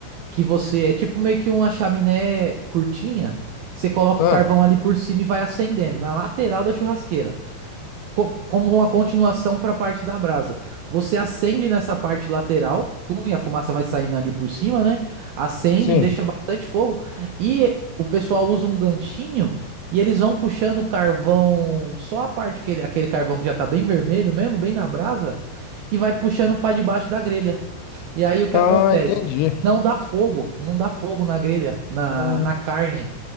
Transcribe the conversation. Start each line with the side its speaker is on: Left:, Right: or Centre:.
Right: que você, é tipo meio que uma chaminé curtinha, que você coloca
Left: Ah,
Right: o carvão ali por cima e vai acendendo, na lateral da churrasqueira co- como uma continuação para a parte da brasa. Você acende nessa parte lateral, tum, e a fumaça vai saindo ali por cima, né? Acende,
Left: sim.
Right: deixa bastante fogo. E o pessoal usa um ganchinho e eles vão puxando o carvão, só a parte que ele, aquele carvão que já tá bem vermelho mesmo, bem na brasa, e vai puxando para debaixo da grelha. E aí o que
Left: Ah,
Right: acontece?
Left: entendi.
Right: Não dá fogo, não dá fogo na grelha, na,
Left: Ah,
Right: na carne.